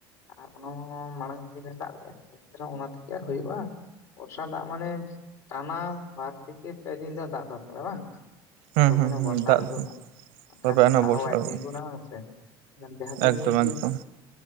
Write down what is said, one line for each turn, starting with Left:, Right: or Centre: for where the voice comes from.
Left: ᱟᱨ ᱚᱱᱚ ᱢᱟᱲᱟᱝ ᱥᱮᱱᱮ ᱫᱟᱜ ᱞᱮᱼᱟᱭ ᱛᱚ ᱚᱱᱟ ᱛᱮ ᱠᱤ ᱟᱨ ᱦᱩᱭᱩᱜᱼᱟ ᱵᱚᱨᱥᱟ ᱫᱟᱜ ᱢᱟᱱᱮ ᱴᱟᱱᱟ ᱵᱟᱨ ᱛᱷᱮᱠᱮ ᱯᱮ ᱫᱤᱱ ᱫᱚ ᱫᱟᱜ ᱫᱚᱨᱠᱟᱨᱟ ᱵᱟᱝ
Right: ᱦᱩᱸ
Left: ᱛᱚᱵᱮᱱᱟ
Right: ᱦᱩᱸ ᱦᱩᱸ
Left: ᱵᱚᱨᱥᱟ
Right: ᱫᱟᱜ
Left: ᱟᱲᱜᱳᱱᱟ ᱵᱟᱠᱷᱟᱱ
Right: ᱛᱚᱵᱮ ᱟᱱᱟ
Left: ᱫᱟᱜ
Right: ᱵᱚᱨᱥᱟ
Left: ᱦᱚᱸ ᱵᱟᱭ
Right: ᱟᱬᱜᱚᱱᱟ
Left: ᱛᱤᱸᱜᱩᱱᱟ ᱥᱮ ᱡᱟᱦᱟᱸ ᱛᱤᱱᱟᱹᱜ
Right: ᱮᱠᱫᱚᱢ
Left: ᱜᱮᱼᱼ
Right: ᱮᱠᱫᱚᱢ